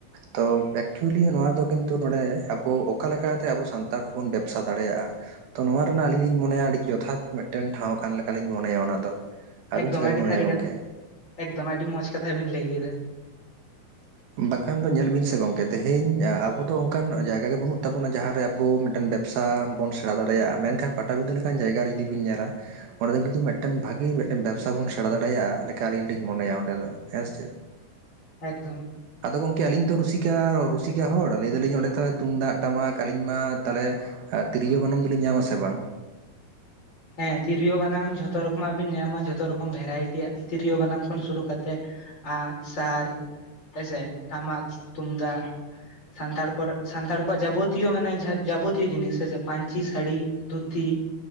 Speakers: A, on the right (about 75°); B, on the left (about 30°).
A: ᱛᱚ ᱮᱠᱪᱩᱭᱮᱞᱤ ᱱᱚᱣᱟ ᱫᱚ ᱠᱤᱱᱛᱩ ᱱᱚᱰᱮ ᱟᱵᱚ ᱚᱠᱟ ᱞᱮᱠᱟᱛᱮ ᱟᱵᱚ ᱥᱟᱱᱛᱟᱲ ᱦᱚᱸ ᱵᱚᱱ ᱵᱮᱵᱽᱥᱟ ᱫᱟᱲᱮᱭᱟᱜᱼᱟ ᱛᱚ ᱱᱚᱣᱟ ᱨᱮᱱᱟᱜ ᱟᱹᱞᱤᱧ ᱞᱤᱧ ᱢᱚᱱᱮᱭᱟ ᱟᱹᱰᱤ ᱡᱚᱛᱷᱟᱛ ᱢᱤᱫᱴᱮᱱ ᱴᱷᱟᱶ ᱠᱟᱱ ᱞᱮᱠᱟᱞᱤᱧ ᱢᱚᱱᱮᱭᱟ ᱚᱱᱟ ᱫᱚ ᱟᱹᱵᱤᱱ
B: ᱮᱠᱫᱚᱢ
A: ᱪᱮᱠᱟ
B: ᱟᱹᱰᱤ
A: ᱵᱤᱱ ᱢᱚᱱᱮᱭᱟ
B: ᱥᱟᱹᱨᱤ
A: ᱜᱚᱢᱠᱮ?
B: ᱠᱟᱛᱷᱟ, ᱮᱠᱫᱚᱢ ᱟᱹᱰᱤ ᱢᱚᱸᱡᱽ ᱠᱟᱛᱷᱟ ᱵᱤᱱ ᱞᱟᱹᱭ ᱠᱮᱫᱟ
A: ᱵᱟᱠᱷᱟᱱ ᱫᱚ ᱧᱮᱞ ᱵᱤᱱ ᱥᱮ ᱜᱚᱢᱠᱮ ᱛᱮᱦᱮᱧ ᱟᱵᱚ ᱫᱚ ᱚᱱᱠᱟᱱ ᱡᱟᱭᱜᱟ ᱜᱮ ᱵᱟᱹᱱᱩᱜ ᱛᱟᱵᱚᱱᱟ ᱡᱟᱦᱟᱸᱨᱮ ᱟᱵᱚ ᱢᱤᱫᱴᱮᱱ ᱵᱮ ᱵᱮᱵᱽᱥᱟ ᱵᱚᱱ ᱥᱮᱬᱟ ᱫᱟᱲᱮᱭᱟᱜᱼᱟ ᱢᱮᱱᱠᱷᱟᱱ ᱯᱟᱴᱟᱵᱤᱱᱫᱟᱹ ᱞᱮᱠᱟᱱ ᱡᱟᱭᱜᱟ ᱨᱮ ᱡᱩᱫᱤ ᱵᱤᱱ ᱧᱮᱞᱟ ᱚᱸᱰᱮ ᱫᱚ ᱠᱤᱱᱛᱩ ᱢᱤᱫᱴᱮᱱ ᱵᱷᱟᱹᱜᱤ ᱢᱤᱫᱴᱮᱱ ᱵᱮᱵᱽᱥᱟ ᱵᱚᱱ ᱥᱮᱬᱟ ᱫᱟᱲᱮᱭᱟᱜᱼᱟ ᱞᱮᱠᱟ ᱟᱹᱞᱤᱧ ᱞᱤᱧ ᱢᱚᱱᱮᱭᱟ ᱚᱸᱰᱮ ᱫᱚ ᱦᱮᱸ ᱪᱮ
B: ᱮᱠᱫᱚᱢ
A: ᱟᱫᱚ ᱜᱚᱝᱠᱮ ᱟᱞᱤᱧ ᱛᱚ ᱨᱩᱥᱤᱠᱟ ᱨᱩᱥᱤᱠᱟ ᱦᱚᱲ ᱞᱟᱹᱭ ᱫᱟᱞᱤᱧ ᱚᱸᱰᱮ ᱛᱚ ᱛᱩᱢᱫᱟᱜ ᱴᱟᱢᱟᱠ ᱟᱞᱤᱧ ᱢᱟ ᱛᱟᱦᱮᱞᱮ ᱟᱨ ᱛᱤᱨᱭᱳ ᱵᱟᱱᱟᱢ ᱫᱚᱞᱤᱧ ᱧᱟᱢ ᱟᱥᱮ ᱵᱟᱝ
B: ᱦᱮᱸ ᱛᱤᱨᱭᱳ ᱵᱟᱱᱟᱢ ᱡᱷᱚᱛᱚ ᱨᱚᱠᱚᱢᱟᱜ ᱵᱤᱱ ᱧᱟᱢᱟ ᱡᱷᱚᱛᱚ ᱨᱚᱠᱚᱢ ᱵᱷᱮᱨᱟᱭᱴᱤᱭᱟᱜ ᱛᱤᱨᱭᱳ ᱵᱟᱱᱟᱢ ᱠᱷᱚᱱ ᱥᱩᱨᱩ ᱠᱟᱛᱮᱫ ᱟᱜ ᱼᱥᱟᱨ ᱦᱮᱸᱥᱮ ᱴᱟᱢᱟᱠ ᱛᱩᱢᱫᱟᱜ ᱥᱟᱱᱛᱟᱲ ᱠᱚ ᱥᱟᱱᱛᱟᱲ ᱠᱚᱣᱟᱜ ᱡᱟᱵᱚᱛᱤᱭᱚ ᱢᱟᱱᱮ ᱡᱟᱵᱚᱛᱤᱭᱚ ᱡᱤᱱᱤᱥ ᱦᱮᱸ ᱥᱮ ᱯᱟᱹᱧᱪᱤ ᱥᱟᱹᱲᱤ ᱫᱷᱩᱛᱤ